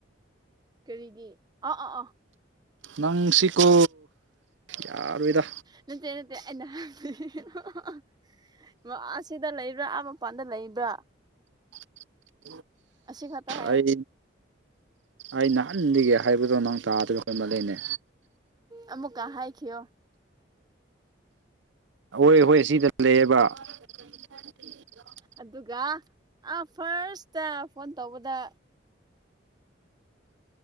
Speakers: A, on the right; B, on the right.
A: ꯀꯔꯤꯒꯤ ꯑꯥ ꯑꯥ ꯑꯥ
B: ꯅꯪꯁꯤꯀꯣ ꯌꯥꯔ‌ꯣꯏꯗ
A: ꯅꯠꯇꯦ ꯅꯠꯇꯦ ꯑꯩꯅ <unintelligible> ꯑꯁꯤꯗ ꯂꯩꯕ꯭ꯔꯥꯥ ꯑꯥ ꯃꯄꯥꯟꯗ ꯂꯩꯕ꯭ꯔꯥ
B: <unintelligible>
A: ꯑꯁꯤ ꯈꯛꯇ ꯍꯥꯏꯌꯣ
B: ꯑꯩ ꯑꯩ ꯅꯍꯟꯗꯒꯤ ꯍꯥꯏꯕꯗꯣ ꯅꯪ ꯇꯥꯗ꯭ꯔ ꯍ‌ꯦꯟ ꯃꯜꯂ‌ꯦꯅꯦ
A: ꯑꯃꯨꯛ ꯀꯥ ꯍꯥꯏꯈꯤꯌꯣ
B: ꯑꯍꯣꯏ ꯍꯣꯏ ꯑꯁꯤꯗ ꯂꯩꯌꯦꯕ <unintelligible>
A: ꯑꯗꯨꯒ ꯐꯥꯔꯁꯇ ꯐꯣꯟ ꯇꯧꯕꯗ